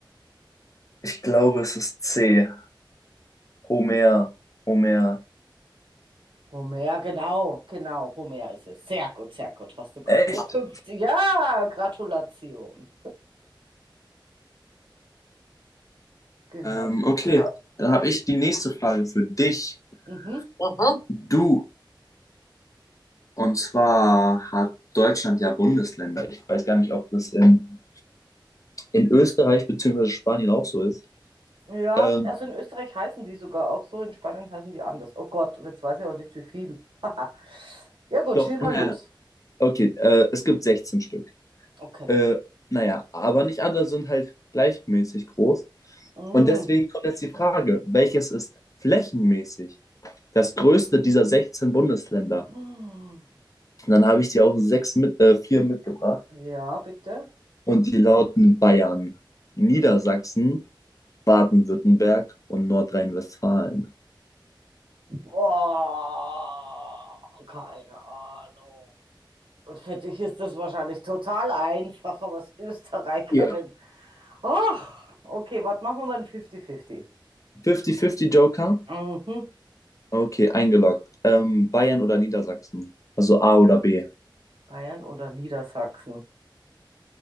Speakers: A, on the left; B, on the right.
A: Ich glaube, es ist C. Homer. Homer.
B: Homer, genau, genau, Homer ist es. Sehr gut, sehr gut. Hast du gar
A: Echt?
B: keine 50? Ja, Gratulation. Genau.
A: Ähm,
B: die-
A: okay, Gut. dann
B: Mhm,
A: habe ich die nächste Frage für dich.
B: mhm.
A: Mhm. Du, und zwar hat Deutschland ja Bundesländer. Ich weiß gar nicht, ob das in, in Österreich bzw. Spanien auch so ist.
B: Ja,
A: Ähm,
B: also in Österreich heißen die sogar auch so, in Spanien heißen die anders. Oh Gott, und jetzt weiß ich auch nicht, wie viel. <laughs> Ja gut,
A: doch,
B: schieß mal
A: naja,
B: los.
A: okay, äh, es gibt 16 Stück.
B: Okay.
A: Äh, naja, aber nicht alle sind halt gleichmäßig groß.
B: Mm.
A: Und deswegen kommt jetzt die Frage, welches ist flächenmäßig das größte dieser 16 Bundesländer?
B: Mm.
A: Und dann habe ich dir auch sechs mit, äh, vier mitgebracht.
B: Ja, bitte.
A: Und die lauten Bayern, Niedersachsen, Baden-Württemberg und Nordrhein-Westfalen.
B: Boah, keine Ahnung. Und für dich ist das wahrscheinlich total einfach, aber als Österreicherin.
A: Ja.
B: Ach, okay, was machen wir mal ein 50-50?
A: 50-50 Joker?
B: Mhm.
A: Okay, eingeloggt. Ähm, Bayern oder Niedersachsen? Also A oder B.
B: Bayern oder Niedersachsen?